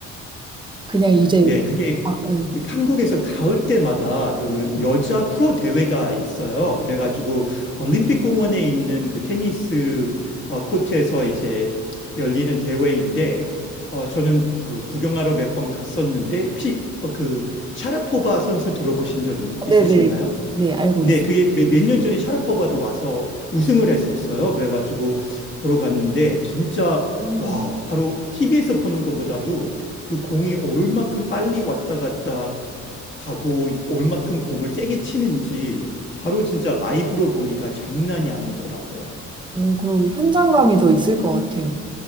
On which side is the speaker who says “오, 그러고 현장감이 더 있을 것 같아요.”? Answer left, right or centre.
Right